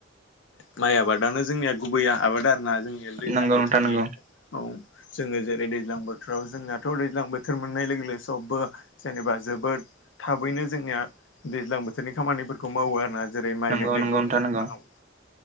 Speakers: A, on the left; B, on the right.
A: माइ आबादनो जोंनिया गुबैया आबाद आरोना जों निया दैज्लां
B: नंगौ
A: बोथोरनि
B: नोंथां नंगौ
A: औ। जोङो जेरै दैज्लां बोथोराव जोंनाथ' दैज्लां बोथोर मोननाय लोगो लोगो सबबो जेनेबा जोबोद थाबैनो जोंनिया दैज्लां बोथोरनि खामानिफोरखौ मावो आरोना। जेरै- माइ
B: नंगौ
A: गायनायखौ
B: नंगौ
A: बुंनो
B: नोंथां
A: थांङोब्ला
B: नंगौ
A: औ।